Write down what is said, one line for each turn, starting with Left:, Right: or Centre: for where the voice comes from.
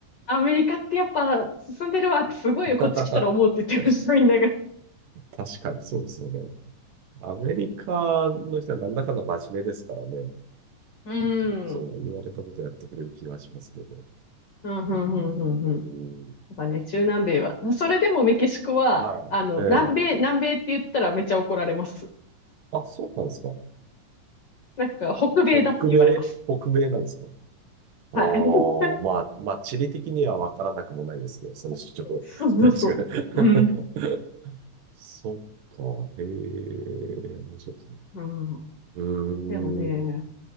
Left: アメリカってやっぱ進んでるわってすごいよ、
Right: ー
Left: こっち来たら思うって言ってました、
Right: <laughs>
Left: みんなが。
Right: 確かにそうですよね。アメリカの人はなんだかんだ真面目ですからね。
Left: うん。
Right: ちゃんとそう言われたことやってくれる気がしますけど。
Left: うん、うん、
Right: うーん。
Left: うん、うん。うんなんかね、中南米は。それでもメキシコは、
Right: はい。
Left: あの、
Right: え
Left: 南米、
Right: え。
Left: 南米って言ったらめっちゃ怒られます。
Right: あ、そうなんですか。
Left: なんか、北米だって言われます。
Right: 北米、北米なんですか。ああ、
Left: はい。<laughs>
Right: まあ、まあ、地理的には分からなくもないですね。その主張。
Left: そうそうそう。
Right: 確かに。
Left: うん。
Right: <laughs> そっか。へえ、面白いですね。
Left: うん。
Right: うーん。
Left: でもね、